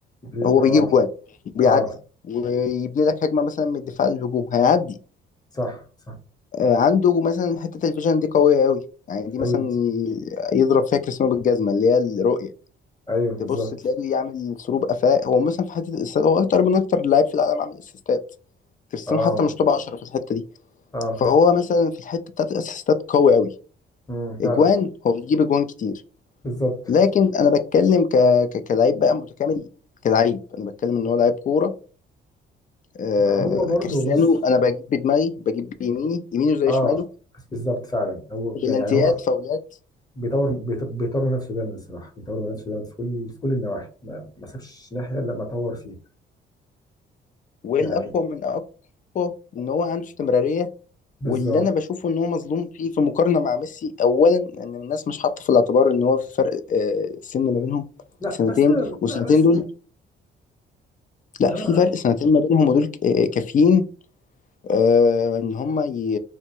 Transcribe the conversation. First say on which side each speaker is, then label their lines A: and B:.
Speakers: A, on the left; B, on the left.
A: في
B: هو
A: اه
B: بيجيب جوان بيعدي
A: اه
B: ويبني لك هجمه مثلا من الدفاع للهجوم هيعدي
A: صح صح
B: آه، عنده مثلا حته الفيجن دي قويه قوي يعني دي مثلا
A: أوي
B: ي- يضرب فيها كريستيانو بالجزمه اللي هي الرؤيه
A: ايوه بالظبط
B: تبص تلاقيه بيعمل سروب قفاء هو مثلا في حته الاسيستات هو اكتر من اكتر لاعب في العالم عامل اسيستات كريستيانو
A: اه
B: حتى مش توب 10 في الحته دي
A: اه
B: فهو مثلا في الحته بتاعت الاسيستات قوي قوي
A: امم
B: اجوان
A: فعلا
B: هو بيجيب اجوان كتير
A: بالظبط
B: لكن انا بتكلم ك... ك... كلاعب بقى متكامل كلاعب انا بتكلم ان هو لاعب كوره آه...
A: ما هو برضو
B: كريستيانو
A: بص
B: انا بجيب بدماغي بجيب بيميني يمينه زي
A: اه
B: شماله
A: بالظبط فعلا هو
B: بلانتيات
A: يعني هو
B: فاولات
A: بيطور بيط- بيطور من نفسه جامد الصراحه بيطور من نفسه جامد في كل في كل النواحي ما, ما سابش ناحيه الا لما طور فيها
B: والاقوى
A: يعني
B: من اقوى ان هو عنده استمراريه
A: بالظبط
B: واللي انا بشوفه ان هو مظلوم فيه في مقارنه مع ميسي اولا ان الناس مش حاطه في الاعتبار ان هو في فرق آه... سن ما بينهم
A: لا
B: سنتين
A: بس
B: والسنتين
A: لا بس
B: دول لا
A: انا
B: في فرق سنتين ما بينهم ودول ك- آه، كافيين آه، ان هم ي...